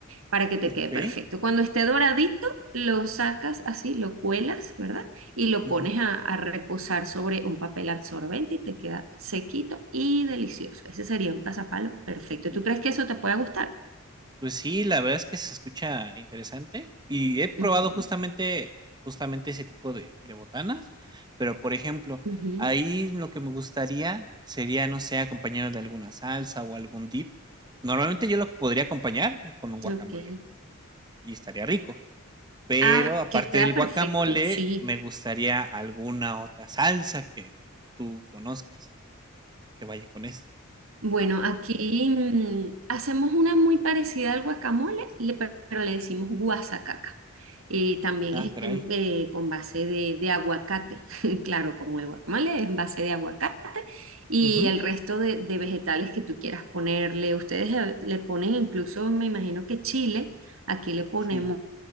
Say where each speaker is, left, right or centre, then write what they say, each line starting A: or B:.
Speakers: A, on the right (about 70°); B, on the right (about 20°).
A: Para que te
B: okey.
A: quede perfecto. Cuando esté doradito, lo sacas así, lo cuelas, ¿verdad? Y lo
B: Ujú.
A: pones a, a reposar sobre un papel absorbente y te queda sequito y delicioso. Ese sería un pasapalo perfecto.
B: Y,
A: ¿Tú crees que eso te puede gustar?
B: pues sí, la verdad es que se escucha interesante, y he probado
A: Ujú,
B: justamente justamente ese tipo de de botanas, pero, por ejemplo,
A: ujú,
B: ahí lo que me gustaría sería, no sé, acompañarlo de alguna salsa o algún dip. Normalmente yo lo podría acompañar con un guacamole,
A: ok.
B: y estaría rico. Pero
A: Ah,
B: aparte
A: queda
B: del
A: perfecto,
B: guacamole,
A: sí.
B: me gustaría alguna otra salsa que tú conozcas que vaya con eso
A: Bueno, aquí mm, hacemos una muy parecida al guacamole, le- pe- pero le decimos guasacaca. Eh, también
B: Ah,
A: es
B: caray.
A: en- eh, con base de, de aguacate, <laughs> claro, como el guacamole es en base de aguacate y
B: Ujú,
A: el resto de, de vegetales que tú quieras ponerle. Ustedes eh, le ponen incluso, me imagino que chile, aquí le ponemos,
B: sí.